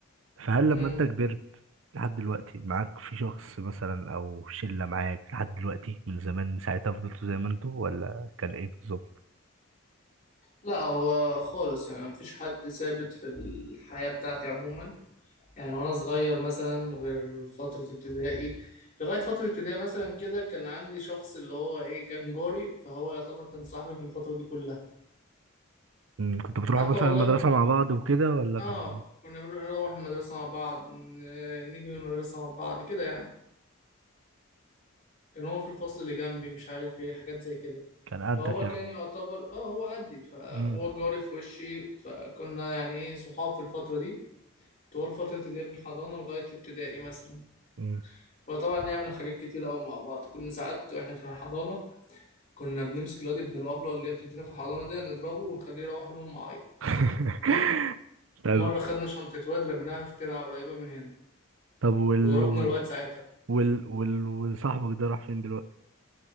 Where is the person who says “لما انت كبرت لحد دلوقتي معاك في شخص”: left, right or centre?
Right